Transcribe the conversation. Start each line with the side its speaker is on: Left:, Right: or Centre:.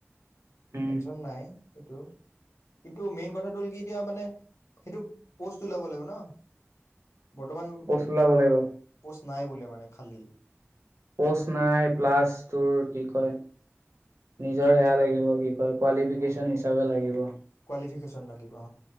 Right: উম
Left: টেনশন নাই, সেইটো কিন্তু মেইন কথাটো হ'ল কি এতিয়া মানে, সেইটো প'ষ্ট ওলাব লাগিব ন? বৰ্তমান
Right: পষ্ট ওলাব লাগিব
Left: পোষ্ট নাই বোলে, মানে। খালি
Right: পষ্ট নাই প্লাছ তুৰ কি কয় নিজৰ সেয়া লাগিব কি কয় কোৱালিফিকেশ্যন হিচাপে লাগিব
Left: কোৱালিফিকেশন লাগিব অ